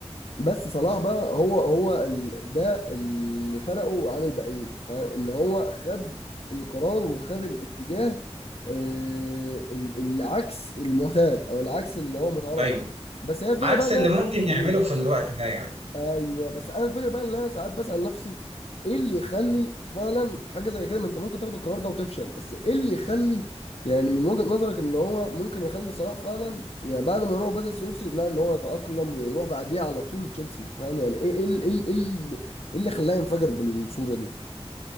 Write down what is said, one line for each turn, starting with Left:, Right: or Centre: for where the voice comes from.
Left: بس صلاح بقى هو هو ال... ده اللي فرقه عن الباقيين فان هو خد القرار وخد الاتجاه آه، ال- العكس المعتاد او العكس اللي هو متعارف
Right: ايوه
Left: عليه. بس هي الفكره
Right: عكس
Left: بقى إن
Right: اللي ممكن
Left: أنا-
Right: يعمله
Left: إمم.
Right: في الوقت ده يعني
Left: ايوه بس انا الفكره بقى ان انا ساعات بسال نفسي ايه اللي يخلي فعلا حاجه زي كده ما انت ممكن تاخد القرار ده وتفشل بس ايه اللي يخلي يعني من وجهه نظرك ان هو ممكن يخلي صلاح فعلا يعني بعد ما يروح بدل السويسري لا ان هو يتاقلم ويروح بعديه على طول تشيلسي فاهم يعني ايه ايه ال- ايه ال- ايه ال- إيه اللي خلاه ينفجر بالصوره دي